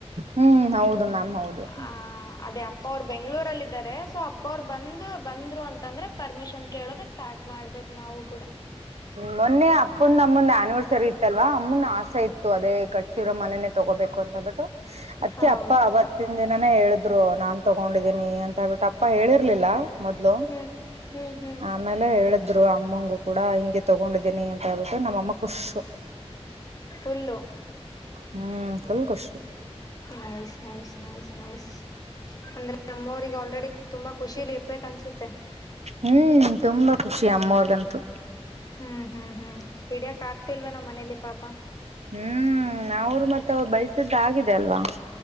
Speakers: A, on the right (about 75°); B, on the left (about 35°).
A: ಹ್ಮ್ ಹೌದು ಮ್ಯಾಮ್ ಹೌದು
B: ಆ ಅದೇ ಅಪ್ಪ ಅವ್ರು ಬೆಂಗಳೂರಲ್ಲಿ ಇದ್ದಾರೆ ಸೊ ಅಪ್ಪ ಬಂದು ಬಂದ್ರು ಅಂತಂದ್ರೆ ಪರ್ಮಿಷನ್ ಕೇಳೋದೆ ಸ್ಟಾರ್ಟ್ ಮಾಡ್ಬೇಕು ನಾವು ಕೂಡ
A: ಮೋನ್ನೆ ಅಪ್ಪ ನ್ನ ಅಮ್ಮಂದ ಆನಿವರ್ಸರಿ ಇತ್ತಲ್ವಾ ಅಮ್ಮನ್ ಆಸೆ ಇತ್ತು ಅದೇ ಕಟ್ಟಸಿರೋ ಮನೆೇನೆ ತಗೋಬೇಕು ಅಂತ ಬಿಿಟ್ಟು ಅದ್ಕ
B: ಹೌದಾ
A: ಅಪ್ಪ ಅವತ್ತಿನ ದಿನಾನ ಹೇಳುದು ್ರು ನಾನ್ ತೊಗೊಂಡಿದ್ದೀನಿ ಅಂತ ಹೇಳ್ಬಿಟ್ಟು ಅಪ್ಪ ಹೇಳಿರ್ಲಿಲ್ಲ ಮೊದ್ಲು
B: ಹ್ಮ್ ಹ್ಮ್ ಹ್ಮ್
A: ಆಮೇಲೆ ಹೇಳದು ಅಮ್ಮಂಗೂ ಕೂಡ ಹ ತಗೊಂಡಿದ್ದೇನಿ ಅಂತ ಹೇಳ್ಬಿಟ್ಟೆ ನಮ್ಮಅಮ್ಮ ಖುಷು
B: ಉಲು
A: ಹ್ಮ್ ಫುಲ್ ಖುಷ
B: ನಯು ನ ನೈಸ್ ನೈಸ್ ಅಂದ್ರೆ ಎಮ್ಮವ್ರರಿಗೆ ಆಲ್ರೆಡಿ ತುಂಬಾ ಖುಷಿಲಿ ಇರ್ಬೇಕ ಅನ್ಸುತ್ತೆ
A: ಹ್ಮ್ ತುಂಬಾ ಖುಷಿ ಅಮ್ಮವರ್ಗಂತೂ
B: ಹ್ಮ್ ಹ್ಮ್ ಹ್ಮ್ ಹಿಡಿಯಕ್ ಆಗ್ತಿಲ್ವಾ ನಮ್ಮ್ ಮನೇಲಿ ಪಾಪ
A: ಹ್ಮ್ ನಾವರು ಮತ್ತೆ ಅವ ಬಯಸಿದ್ದ ಆಗಿದೆ ಅಲ್ವಾ